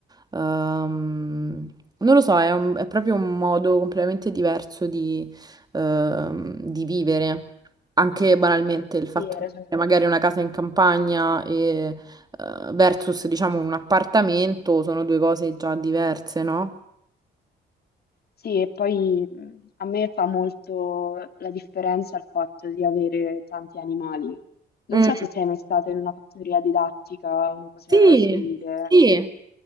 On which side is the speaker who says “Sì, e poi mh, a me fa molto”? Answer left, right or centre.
Left